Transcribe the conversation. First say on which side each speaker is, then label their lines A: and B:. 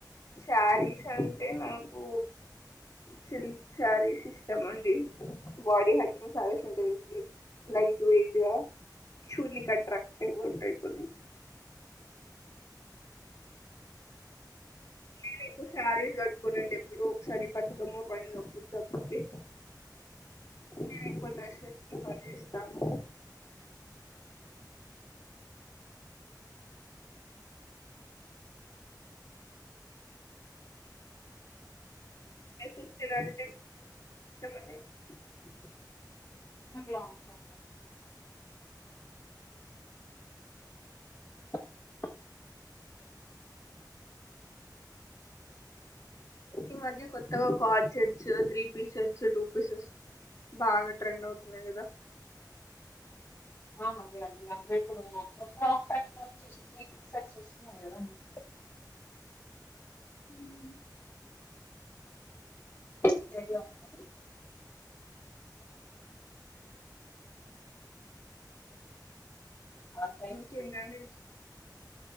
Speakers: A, on the left (about 50°); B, on the left (about 35°).
A: శారీస్ అంటే నాకు సిల్క్ శారీస్ ఇస్టమండి బాడీ హగ్గింగ్ సారీస్ ఉంటాయి లైట్ వెయిట్ గా చూడనికి అట్రాక్టివ్ ఉంటాయి కొన్ని నేను ఎక్కువ శారీస్ కట్టుకోనండి ఎప్పుడో ఒకసారి బతుకమ్మ పండుగప్పుడు తప్పితే నేను ఎక్కువ డ్రెస్సెస్ ప్రిఫర్ చేేస్తాను అసలు కి తేలనే <unintelligible> <inaudible>
B: నాకు లాంగ్ ఫార్క్స్ <unintelligible>
A: ఈ మధ్య కొత్తగా కడ్సెడ్స్ త్రీ పీసెడ్స్ టూ పీసెస్ బాగా ట్రెండ్ అవుతున్నాయి కదా
B: ఆ అవే అండి అంటే ఇప్పుడు ఒక ఫ్రాక్ టైప్ లో వచ్చేసి త్రీ పీస్ సెట్స్ వస్తున్నాయి కదండి
A: ఉమ్మ్
B: మీకు ఐడియా ఉంటుంది ఆ టైప్
A: ఇంకా ఏంటండీ